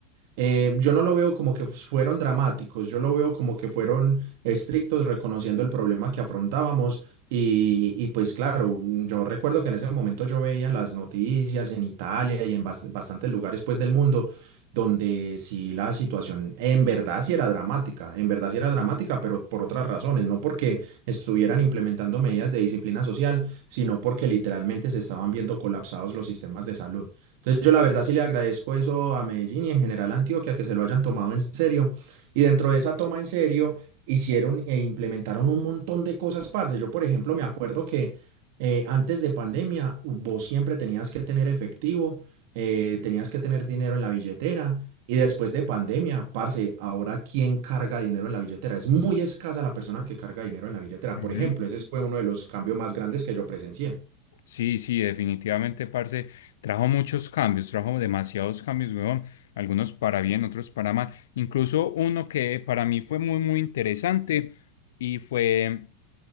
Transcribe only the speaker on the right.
Eh, yo no lo veo como que fueron dramáticos, yo lo veo como que fueron estrictos reconociendo el problema que afrontábamos y, y pues claro, mm, yo recuerdo que en ese momento yo veía en las noticias en Italia y en bas- bastantes lugares pues del mundo donde sí la situación en verdad sí era dramática, en verdad sí era dramática, pero por otras razones, no porque estuvieran implementando medidas de disciplina social, sino porque literalmente se estaban viendo colapsados los sistemas de salud. Entonces yo la verdad sí le agradezco eso a Medellín y en general a Antioquia, que se lo hayan tomado en serio. Y dentro de esa toma en serio, hicieron e implementaron un montón de cosas, parce. Yo, por ejemplo, me acuerdo que eh, antes de pandemia, vos siempre tenías que tener efectivo, eh, tenías que tener dinero en la billetera. Y después de pandemia, parce, ahora ¿quién carga dinero en la billetera? Es muy escasa la persona que carga dinero en la billetera.
Por ejemplo, ese fue uno de los cambios más grandes que yo presencié.